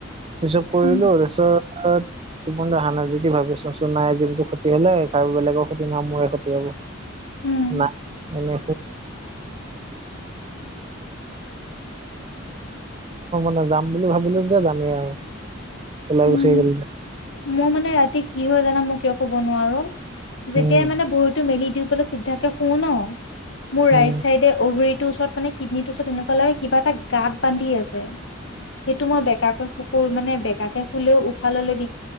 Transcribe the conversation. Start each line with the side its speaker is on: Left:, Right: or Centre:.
Right: চুইচ অফ কৰিলোঁ
Left: উম
Right: তাছত টোপনিটো আহা নাই যিতি ভাবিছো <unintelligible> চোন নাই জিম তো ক্ষতি হ'লে কাৰোঁ বেলেগৰ ক্ষতি নহয় মোৰে ক্ষতি হ'ব।
Left: উম
Right: নাই এনে। <unintelligible> যাম বুলি ভাবিলো যেতিয়া যামেই আৰু ওলাই
Left: উম
Right: গুচি গলো
Left: মোৰ মানে ৰাতি কি হয় জানা মই কিয় কব নোৱাৰো যেতিয়াই
Right: উম
Left: মানে ভৰিতো মেলি দিওঁ চিদ্বাকে শু ন' মোৰ ৰাইট
Right: উম
Left: চাইদে অভৰি তোৰ ওচৰত মানে কিডনি ওচৰত এনেকোৱা লাগে কিবা এটা গাত বান্ধি আছে। সেইটো মই বেকাকেকুকৈ মানে বেকাকে শুলেও উশাহ ললেও বিষ